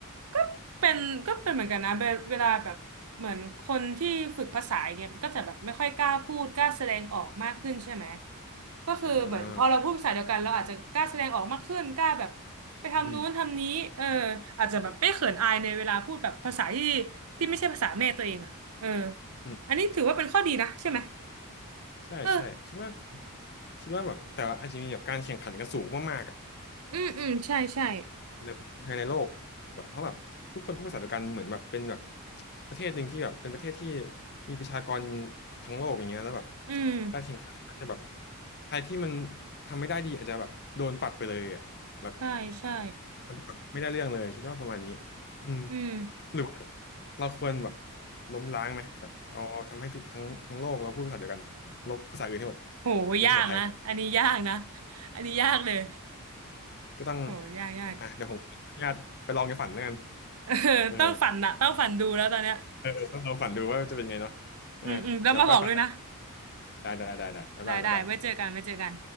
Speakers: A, on the right; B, on the left.
A: ก็เป็นก็เป็นเหมือนกันนะเวเวลาแบบเหมือนคนที่ฝึกภาษาอย่างเนี่ยมันก็จะแบบไม่ค่อยกล้าพูดกล้าแสดงออกมากขึ้นใช่ไหมก็คือเหมือนพอเราพูดภาษาเดียวกันเราอาจจะกล้าแสดงออกมากขึ้นกล้าแบบ
B: อ่า
A: ไปทำนู้นทำนี้เออ
B: อืม
A: อาจจะแบบไม่เขินอายในเวลาพูดแบบภาษาที่ที่ไม่ใช่ภาษาแม่ตัวเองอ่ะเออ
B: อืม
A: อันนี้ถือว่าเป็นข้อดีนะใช่ไหม
B: ใช่ใช่คิดว่า
A: เออ
B: คิดว่าแบบแต่ว่าอาจจะมีแบบการแข่งขันกันสูงมากๆอ่ะ
A: อืมอืมใช่ใช่
B: ในภายในโลกแบบเพราะแบบทุกคนพูดภาษาเดียวกันเหมือนแบบเป็นแบบประเทศหนึ่งที่แบบเป็นประเทศที่มีประชากรทั้งโลกอย่างเงี้ยแล้วแบบ
A: อืม
B: การแข่งขันอาจจะแบบใครที่มันทำไม่ได้ดีอาจจะแบบโดนปัดไปเลยอ่ะแบบ
A: ใช่ใช่
B: คนที่แบบไม่ได้เรื่องเลยคิดว่าประมาณนี้อืม
A: อืม
B: หรือว่าเราควรแบบล้มล้างไหมแบบเอาทำให้ทุกทั้งทั้งโลกเราพูดภาษาเดียวกันลบภาษาอื่นให้หมด
A: โหยากนะ
B: เป็นภาษาไทย
A: อันนี้ยากนะ อันนี้ยากเลย
B: ก็ต้อง
A: โหยากยาก
B: อ่ะเดี๋ยวผมขออนุญาตไปลองในฝันแล้วกัน
A: <laughs> เออต้องฝันนะต้องฝันดูแล้วตอนเนี้ย
B: เออเออเออต้องลองฝันดูว่าจะเป็นไงเนาะอ่าเดี๋ยวไปฝัน
A: อืมอืมแล้วมาบอกด้วยนะ
B: ได้ได้ได้ได้บ๊ายบายบ๊ายบาย
A: ได้ได้ไว้เจอกันไว้เจอกัน